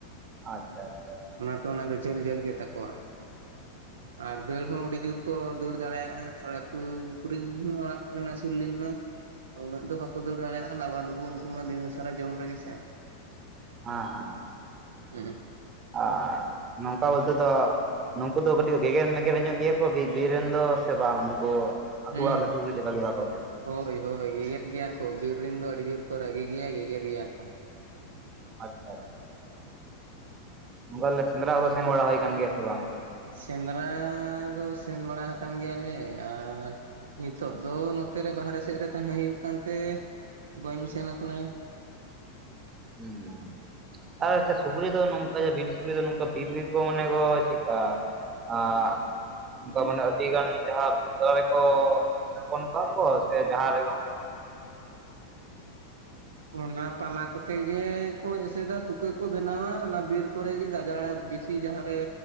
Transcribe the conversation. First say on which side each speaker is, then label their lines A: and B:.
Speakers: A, on the right (about 25°); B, on the right (about 65°).
A: ᱟᱪᱪᱷᱟ ᱟᱪᱪᱷᱟ
B: ᱚᱱᱟ ᱠᱟᱨᱮᱱᱟᱵ ᱫᱚ ᱡᱷᱟᱹᱞ ᱡᱷᱟᱹᱞ ᱜᱮ ᱛᱟᱠᱚᱣᱟ ᱟᱨ ᱫᱟᱹᱲ ᱦᱚᱸ ᱟᱹᱰᱤ ᱡᱩᱨ ᱠᱚ ᱫᱟᱹᱲ ᱫᱟᱲᱮᱭᱟᱜᱼᱟ ᱟᱨ ᱟᱹᱛᱩ ᱠᱩᱨᱤᱱ ᱢᱟ ᱚᱲᱟᱜ ᱠᱩᱨᱤᱱ ᱟᱹᱥᱩᱞ ᱞᱤᱱ ᱢᱟ ᱩᱱᱟᱹᱜ ᱫᱚ ᱵᱟᱠᱚ ᱫᱟᱹᱲ ᱫᱟᱲᱮᱭᱟᱜᱼᱟ ᱞᱟᱵᱟ ᱞᱩᱵᱩ ᱩᱱᱠᱩ ᱢᱟ ᱫᱤᱱᱟᱹ ᱥᱟᱨᱮ ᱡᱚᱢ ᱨᱮᱜᱮ ᱥᱮ
A: ᱦᱮᱸ ᱦᱮᱸ
B: ᱦᱩᱜᱟ ᱩᱸ
A: ᱟᱜ ᱱᱚᱝᱠᱟ ᱵᱳᱞᱛᱮ ᱫᱚ ᱱᱩᱠᱩ ᱫᱚ ᱠᱟᱹᱴᱤᱡ ᱜᱮᱜᱮᱨ ᱢᱮᱜᱮᱨ ᱧᱚᱜ ᱜᱮᱭᱟ ᱠᱚ ᱵᱤ ᱵᱤᱨ ᱨᱮᱱ ᱫᱚ ᱥᱮ ᱵᱟᱝ ᱱᱩᱠᱩ <unintelligible>
B: ᱦᱩᱸ ᱦᱳᱭ ᱦᱳᱭ ᱜᱮᱜᱮᱨ ᱜᱮᱭᱟ ᱠᱚ ᱵᱤᱨ ᱨᱮᱱ ᱫᱚ ᱟᱹᱰᱤ ᱡᱳᱨ ᱠᱚ ᱨᱟᱹᱜᱤ ᱜᱮᱭᱟ ᱜᱮᱜᱮᱨ ᱜᱮᱭᱟ ᱠᱚ
A: ᱟᱪᱪᱷᱟ ᱟᱪᱷᱟ ᱵᱚᱞᱞᱮ ᱥᱮᱸᱫᱽᱨᱟ ᱠᱚᱫᱚ ᱥᱮᱱ ᱵᱟᱲᱟ ᱦᱩᱭ ᱟᱠᱟᱱ ᱜᱮᱭᱟ ᱥᱮ ᱵᱟᱝ
B: ᱥᱮᱸᱫᱽᱨᱟ ᱫᱚ ᱥᱮᱱ ᱵᱟᱲᱟ ᱦᱟᱠᱟᱱ ᱜᱮᱭᱟᱞᱮ ᱟᱨ ᱱᱤᱛᱚᱜ ᱫᱚ ᱱᱚᱛᱮ ᱨᱮ ᱵᱟᱦᱨᱮ ᱥᱮᱫ ᱨᱮ ᱛᱟᱦᱮᱸ ᱦᱩᱭᱩᱜ ᱠᱟᱱᱛᱮ ᱵᱟᱹᱧ ᱥᱮᱱ ᱟᱠᱟᱱᱟ
A: ᱩᱸᱻᱻ ᱟᱨ ᱟᱪᱪᱷᱟ ᱥᱩᱠᱨᱤ ᱫᱚ ᱱᱚᱝᱠᱟ ᱵᱤᱨ ᱥᱩᱠᱨᱤ ᱫᱚ ᱱᱚᱝᱠᱟ ᱵᱤᱨ ᱵᱤᱨ ᱠᱚ ᱢᱚᱱᱮ ᱠᱚ ᱪᱮᱫᱠᱟ ᱟᱜ ᱚᱱᱠᱟ ᱢᱟᱱᱮ ᱟᱹᱰᱤ ᱜᱟᱱ ᱡᱟᱦᱟᱸ ᱢᱤᱜᱫᱦᱟᱣ ᱨᱮᱠᱚ ᱦᱚᱯᱚᱱ ᱠᱚᱜᱣᱟ ᱠᱚ ᱥᱮ ᱡᱟᱦᱟᱸ ᱨᱮᱜᱮ
B: ᱚᱱᱟ ᱯᱟᱞᱟ ᱠᱚᱛᱮ ᱜᱮᱠᱚ ᱮᱥᱮᱫᱟ ᱛᱩᱠᱟᱹ ᱠᱚ ᱵᱮᱱᱟᱣᱟ ᱚᱱᱟ ᱵᱤᱨ ᱠᱚᱨᱮ ᱜᱮ ᱜᱟᱡᱟᱲ ᱵᱤᱥ ᱫᱤ ᱡᱟᱦᱟᱸ ᱨᱮ